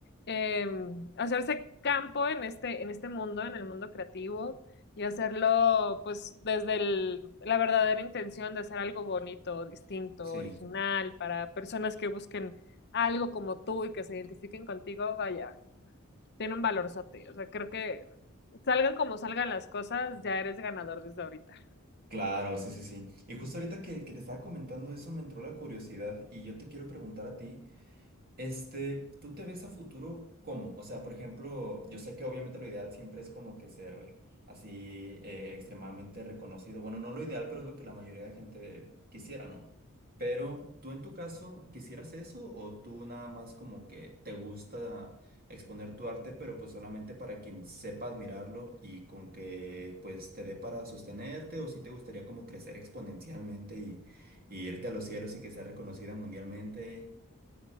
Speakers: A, on the left (about 50°); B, on the right (about 45°).
A: eh, hacerse campo en este, en este mundo, en el mundo creativo, y hacerlo pues desde el- la verdadera intención de hacer algo bonito, distinto,
B: sí.
A: original, para personas que busquen algo como tú y que se identifiquen contigo, vaya, tiene un valorzote. O sea, creo que salgan como salgan las cosas, ya eres ganador desde ahorita.
B: Claro, sí, sí, sí. Y justo ahorita que, que te estaba comentando eso me entró la curiosidad y yo te quiero preguntar a ti. Este, ¿tú te ves a futuro cómo? O sea, por ejemplo, yo sé que obviamente lo ideal siempre es como que ser así eh, extremadamente reconocido. Bueno, no lo ideal, pero es lo que la mayoría de gente quisiera, ¿no? Pero tú en tu caso, ¿quisieras eso o tú nada más como que te gusta exponer tu arte, pero pues solamente para quien sepa admirarlo y con que pues te dé para sostenerte o si te gustaría como crecer exponencialmente y, y irte a los cielos y que sea reconocida mundialmente?